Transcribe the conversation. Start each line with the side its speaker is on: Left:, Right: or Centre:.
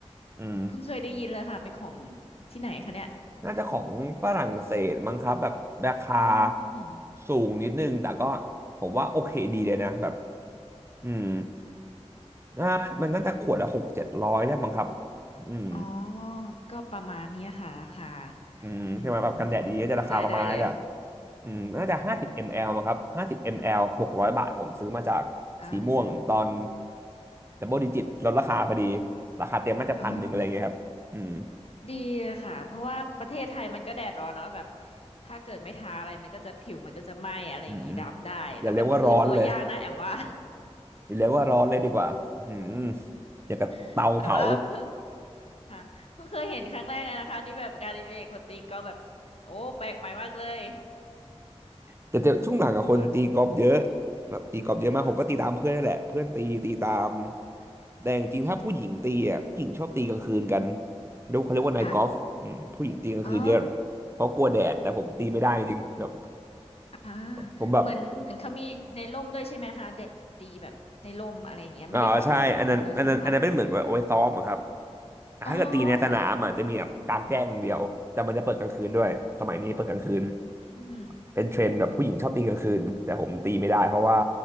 Right: อืม
Left: เพิ่งเคยได้ยินเลยค่ะเป็นของที่ไหนคะเนี่ย
Right: น่าจะของฝรั่งเศสมั้งครับแบบราคา
Left: อืมอืม
Right: สูงนิดนึงแต่ก็ผมว่าโอเคดีเลยนะแบบอืมน่ามันน่าจะขวดละหกเจ็ดร้อยได้มั้งครับ
Left: อืมอืมอืม
Right: อืม
Left: อ๋อก็ประมาณเนี้ยค่ะราคา
Right: อืมใช่ไหมแบบกันแดดดีๆก็จะราคาประมาณนี้แหละ
Left: อืมอืมเข้าใจได้เลย
Right: อืมน่าจะห้าสิบมลลิลิตรมั้งครับห้าสิบมลลิลิตรหกร้อยบาทผมซื้อมาจากสีม่วงตอน
Left: อ่า
Right: ดับเบิลดิจิตลดราคาพอดีราคาเต็มน่าจะพันหนึ่งอะไรเงี้ยครับอืม
Left: อ่าดีค่ะเพราะว่าประเทศไทยมันก็แดดร้อนเนาะแบบถ้าเกิดไม่ทาอะไรมันก็จะผิวมันก็จะไหม้อะไรอย่างงี้ดำได้แล้วมันฟื้นตัวยากนะแอมว่า
Right: อืมอืมอย่าเรียกว่าร้อนเลย มีเลียกว่าร้อนเลยดีกว่าอือหืออย่างกับเตาเผา
Left: <laughs> แต่ว่าเพิ่งค่ะเพิ่งเคยเห็นครั้งแรกเลยนะคะที่แบบงานอดิเรกคนตีก็แบบโอ้แปลกใหม่มากเลย
Right: แต่จะช่วงหลังกับคนตีกอล์ฟเยอะ
Left: เพราะว่า
Right: แบบตีกอล์ฟเยอะมากผมก็ตีตามเพื่อนนั่นแหละเพื่อนตีตีตาม
Left: อ่า
Right: แต่จริงๆถ้าผู้หญิงตีอ่ะผู้หญิงชอบตีกลางคืนกัน
Left: อืม
Right: เรียกเขาเรียกว่านายกอล์ฟอืมผู้หญิงตีกลางคืนเยอะ
Left: ค่ะอ๋อ
Right: เพราะกลัวแดดแต่ผมตีไม่ได้จริงๆแบบ
Left: อ่า
Right: ผมแบบ
Left: เหมือนเหมือนเขามีในร่มด้วยใช่ไหมคะเด็กตีแบบในร่มอะไรอย่างเงี้ยไม่ได้ออกไปสนามก็มีใช่ไหมคะ
Right: อ๋อใช่อันนั้นอันนั้นอันนั้นเป็นเหมือนแบบเอาไว้ซ้อมอะครับแต่ถ้าเกิดตีในสนามอ่ะจะมีแบบกลางแจ้งอย่างเดียวแต่มันจะเปิดกลางคืนด้วยสมัยนี้เปิดกลางคืน
Left: อ๋อ ค่ะอืม
Right: เป็นเทรนด์แบบผู้หญิงชอบตีกลางคืนแต่ผมตีไม่ได้เพราะว่า
Left: ค่ะ